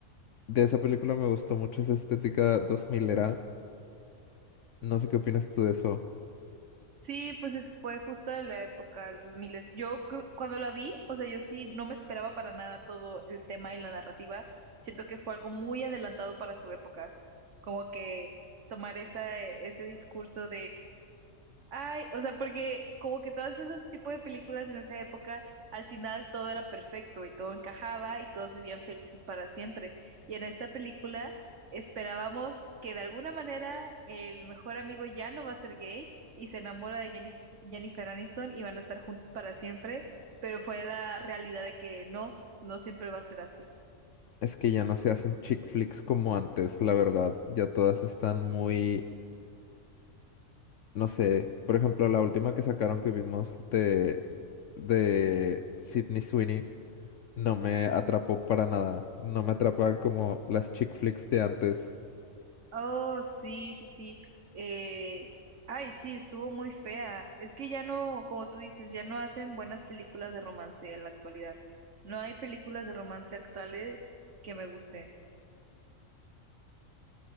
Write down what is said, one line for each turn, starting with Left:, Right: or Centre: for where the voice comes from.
Left: de esa película me gustó mucho esa estética 2000era. No sé qué opinas tú de eso.
Right: Sí, pues es- fue justo en la época de los 2000. Yo cre- cuando la vi, o sea, yo sí no me esperaba para nada todo el tema y la narrativa. Siento que fue algo muy adelantado para su época. Como que tomar esa, ese discurso Ay, o sea, porque como que todos esos tipos de películas en esa época, al final todo era perfecto y todo encajaba y todos vivían felices para siempre. Y en esta película esperábamos que de alguna manera el mejor amigo ya no va a ser gay y se enamora de Jennis- Jennifer Aniston y van a estar juntos para siempre, pero fue la realidad de que no, no siempre va a ser así.
Left: Es que ya no se hacen chick flicks como antes, la verdad. Ya todas están muy, no sé, por ejemplo, la última que sacaron que vimos de de Sydney Sweeney no me atrapó para nada. No me atrapa como las chick flicks de antes.
Right: Oh, sí, sí, sí. Eh, ay, sí, estuvo muy fea. Es que ya no, como tú dices, ya no hacen buenas películas de romance en la actualidad. No hay películas de romance actuales que me gusten.